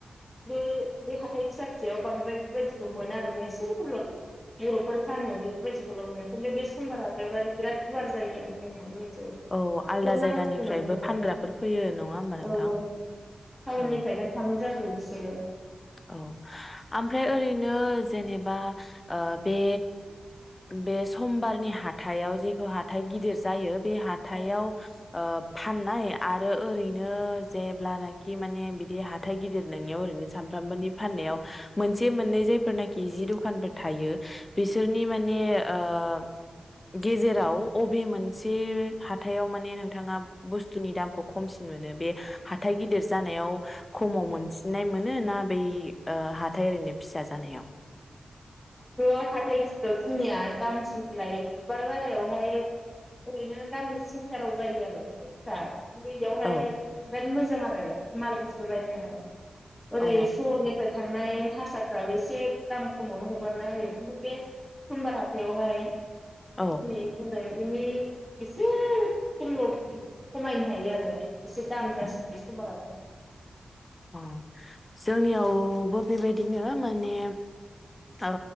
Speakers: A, in the centre; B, on the left (about 30°).
A: बे बे हाथाय फिसा फिसायाव बांद्राय बेबायदिखौ मोनो आरो गंसेफोरल बरफोर फानो बेफोरबायदि ल मोनो खिन्थु बे समबार हाथाय बाथाय बिराद गुवार जायो आरो जे जायो सोब
B: औ आलदा जायगानिफ्रायबो
A: नांगौ खिनि मोनजोबो
B: फानग्राफोर फैयो नङा होमबा नोंथां?
A: औ औ टाउननिफ्रायनो
B: औ
A: थांनाय जाजोबो- सोरो
B: औ ओमफ्राय ओरैनो जेनेबा ओ बे बे समबारनि हाथाइाव जे हाथाइ गिदिर जायो बे हाथायाव
A: औ
B: आ फाननाय आरो ओरैनो जेब्लानोखि माने बिदि हाथाइ गिदिर नोंनियाव ओरैनो सान नि फाननायाव मोनसे मोनै जायफोरनाखि जि दखान फोर- थायो बिसोरनि माने ओ गेजेराव अबे मोनसे हा हाथायाव माने नोंथांङा बुस्थुनि दामखौ खमसिन मोनो बे हाथाइ गिदिर- जानायाव खमाव मोनसिननाय मो नो ना बै ओ हाथाइ ओरैनो फिसा जानायाव।
A: बे हाथाइ गिदिरयाव जोंनिया दामसिन लायो बुधबार बारायावहाय ओरैनो गामि सेन्टाराव जायो आरो एसे फिसा। दैयावहाय
B: औ
A: बिराद मोज मोजां आरो माल बुस्थु बायनो थाखाय। ओरै
B: औ
A: सरहरनिफ्राय थांनाय हारसाफ्राबो एसे दाम खमावनो ह हगारना होयो खिन्थु बे समबार हाथायावहाय
B: औ
A: <unintelligible> बिनि एसे खमल खमायनो हायो आरो एसे दाम जासिननो बे समबार हाथायनि
B: अ जोंनियावबो बेबायदिनो माने ओ